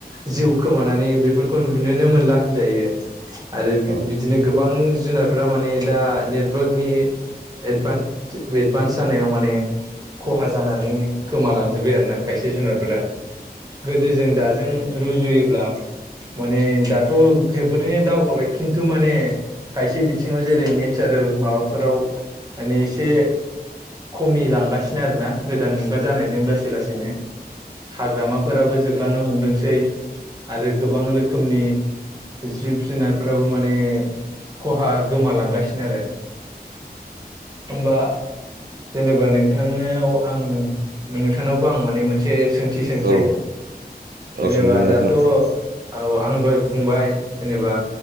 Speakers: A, on the right; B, on the right.
A: जिउ खोमानानै बेफोरखौ नुनोनो मोनला होनजायो आरो
B: औ
A: बिदिनो गोबां जुनारफोरा माने दा नेटवर्कनि एडभान्स जानायाव माने खहा जानानै गोमालांजोब्बाय आरो ना खायसे जुनारफोरा गोदो जों दाजों रुजुयोब्ला माने दाथ' जोबोरैनो दावगाबाय खिन्थु माने खायसे बिथिङाव जेरै नेचारेल माबाफोराव माने एसे खमि लांगासिनो आरोना गोदान मुगा जानायजों लासै लासैनो हाग्रामाफोराबो जोबलांनो हमदोंसै आरो गोबां रोखोमनि जिब जुनारफोराबो माने खहा गोमालांगासिनो आरो बा जेनेबा नोंथांनाव आं नोंथांनावबो आं माने मोनसे सों थि सोंसै
B: औ
A: जेनेबा
B: सोंदों नोंथां
A: दाथ' औ आं दहाय बुंबाय जेनेबा